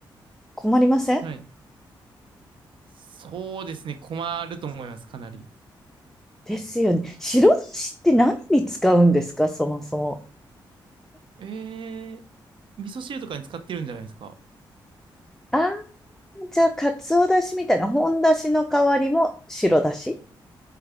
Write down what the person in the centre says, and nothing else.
困りません
ですよね。白だしって何に使うんですか、そもそも。
ああ、じゃあ、かつおだしみたいな、本だしの代わりも白だし